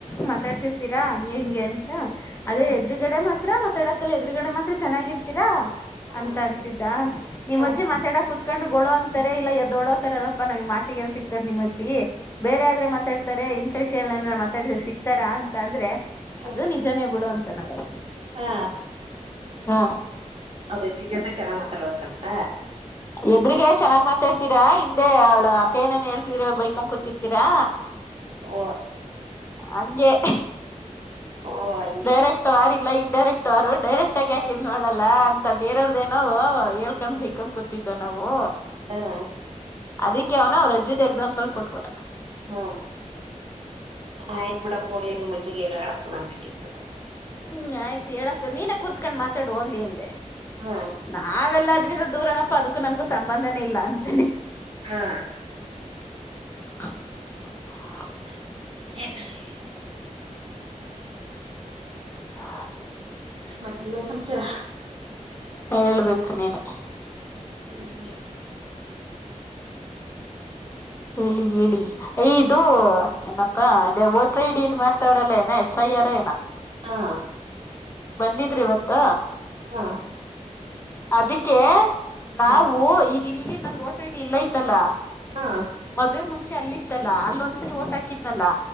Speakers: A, on the left (about 20°); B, on the right (about 45°).
A: ಮಾತಾಡ್ತಿರ್ತೀರಾ ಹೆಂಗೆ ಅಂತ ಅದೇ
B: ಹ್ಮ್
A: ಎದುರುಗಡೆ ಮಾತ್ರ ಮತ್ ಎಡಕಲ್ಲ ಎದುರುಗಡೆ ಮಾತ್ರ ಚೆನ್ನಾಗಿರ್ತೀರಾ
B: ಹ್ಮ್
A: ಅಂತ ಅಂತಿದ್ದ ನಿಮ್ಮ
B: ಹ್ಮ
A: ಅಜ್ಜೆ ಮಾತಾಡ ಕುತ್ ಸಿಕಂಡ್ರ್ ಗೊಳೋ ಅಂತಾರೆ ಇಲ್ಲ ಎದ ದೊಡೋತಾರ ಅದಪ್ಪ ನಮ್ ಮಾತಿಗೆಲ್ಲ ಸಿಕ್ತಾರೆ ನಿಮಜಿ ಬೇರೆ
B: ಹ್ಮ್
A: ಆದ್ರೆ ಮಾತಾ ತಾರೆ ಇಂಥ ವಿಷಯಲ್ಲ ಏನಾರ ಮಾತಾಡಿದ್ರ ಸಿಕ್ತಾರಾ ಅಂತ ಅಂದ್ರೆ
B: ಹ್ಮ್
A: ಅದು ನಿಜನೇ ಬಿಡು ಅಂತ ನರು
B: ಹಾ
A: ಹಾ
B: ಅವರ ಅಜ್ಜಿ ಜೊತೆ ಚೆನ್ನಾಗ್ ಮಾತಾಡ್ಬೇಕಂತ
A: ಎದ್ರಗ ಚೆನ್ನಾಗ್ ಮಾತಾಡ್ತೀರಾ ಹಿಂದೆ ಅವ್ಳ ಅಕ್ಕ ಏನನ್ ಹೇಳ್ತಿದ್ರ ಬೈಕೊ ಕೂತಿರ್ತೀರಾ
B: ಓ
A: ಹಂಗೆ
B: ಓ ಹಂಗೆ
A: ಡೈರೆಕ್ಟ್ ವಾರಿಲ್ಲ ಇ ಡೈರೆಕ್ಟ್ ಅವರು ಡೈರೆಕ್ಟ್ ಆಗಿ ಯಾಕಿದ್ ನೋಡಲ್ಲ ಅಂತ ಬೇರವ್ರದೇನೋ ಹೇಳ್ಕೊಂಡ್ ಬಬೇಕ ಕೂ ತಿದ್ದ ನಾವು
B: ಹ
A: ಅದಿ ಯ ಅವನ ಅವ್ರ ರಜ್ಜದ ಎಕ್ಸಾಂಪಲ್ ಕೊಟ್ಬಿಟ
B: ಹ್ಮ ಆಯ್ತು ಬಿಡಪ್ಪ ಹೋಗ್ಲಿ ನಿಮ್ಮಜ್ಜಿ ಏನೋ ನಂಬಿಕೆ ಇರುತ್ತದೆ
A: ಹ್ಮ್ ಆಯ್ತು ಹೇಳಕ್ ನೀನ ಕೂರ್ಸ್ಕೊಂಡ್ ಮಾತಾಡ ಹೋಗ್ಲಿ ಅಂದೆ
B: ಹಾ
A: ನಾವೆಲ್ಲ ಅ್ರಂದ ದೂರನಪ್ಪ ಅದಕ್ಕೂ ನಮ್ಗ ಸಂಬಂಧನೇ ಇಲ್ಲ ಅ
B: ಹಾ
A: <inaudible>
B: ಹ <unintelligible>
A: ಹ
B: ಮತ್ತೆ ಇನ್ನನು ಸಮಾಚಾರ
A: ಹೇಳ್ಬೇಕು ನೀನೆ
B: ಸರಿಯ
A: ಹೇಳಿ ಹೇಳಿ ಇದು ಏನಪ್ಪಾ ಅ ವೋಟ್ರ ಐ ಡಿ ಇದ್ ಮಾಡ್ತವ್ರಲ್ಲ ಏನ ಎಸ್ ಐ ಯಾರಏನಾ
B: ಹಾ
A: ಬಂದಿದ್ರಿ ಇವತ್ತ
B: ಹಾ
A: ಅದಕ್ಕೆ
B: ಹಾ
A: ನಾವು ಈಗ ಇಲ್ಲಿ ನಮ ವೋಟರ್ ಐಡಿ ಇಲ್ಲ ಐತಲ್ಲ
B: ಹಾ
A: ಮದ್ವೆ ಮುಂಚೆ ಅಲ್ಲಿ ಇತ್ತಲ್ಲ ಅಲ್ಲೊಂದ್ಸರಿ ಓಟ್ ಹಾಕಿದ್ನಲ್ಲಾ